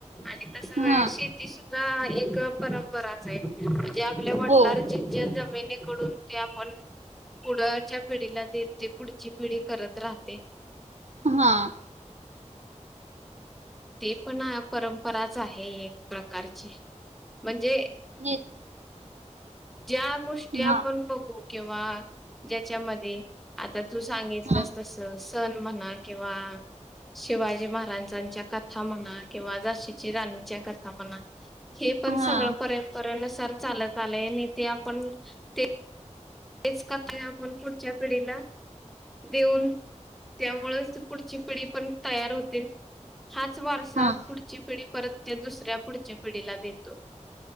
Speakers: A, in the centre; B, on the right.
A: आणि तस बघाय
B: हा.
A: शे ती सुद्धा एक परंपराचय. म्हणजे आपल्या वडलारची
B: हो.
A: ज्या, जमिनीकडून ते आपण, पुढच्या पिढीला देते. पुढची पिढी करत राहते.
B: हां.
A: ते पणा परंपराच आहे एक प्रकारची. म्हणजे
B: <unintelligible>
A: ज्या गोष्टी आपण
B: हा.
A: बघू किंवा ज्याच्यामध्ये आता तू सांगितलंस
B: हा.
A: तस. सण म्हणा किंवा शिवाजी महाराजांच्या कथा म्हणा. किंवा झाशीची राणीच्या कथा म्हणा. हे पण
B: हा.
A: सगळं, परयंपरेनुसार चालत आलंय. आणि ते आपण, ते तेच <unintelligible> आपण पुढच्या पिढीला, दिऊन त्यामुळच, पुढची पिढी पण तयार होते. हाच वारसा
B: हा.
A: पुढ ची पिढी परत त्या दुसऱ्या, पुढच्या पीढीला देतो.